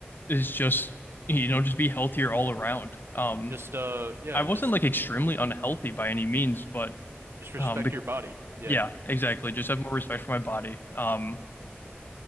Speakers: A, on the left; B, on the right.
A: is just you know just be healthier all around. Um
B: just uh, yeah,
A: I wasn't
B: just
A: like extremely unhealthy by any means, but
B: just respect
A: um
B: your body. Yeah,
A: Yeah, exactly. Just have more respect for my body. Um,